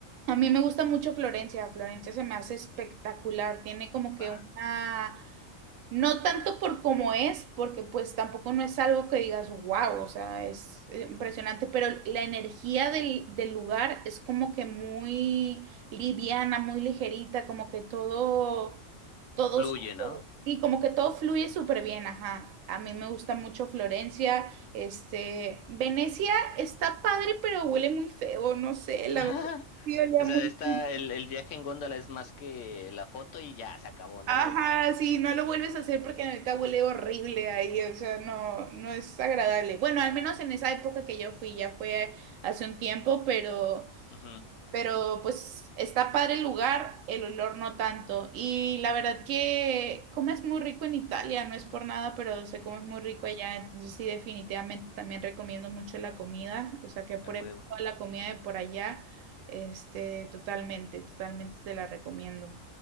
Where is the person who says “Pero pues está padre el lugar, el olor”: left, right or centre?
Right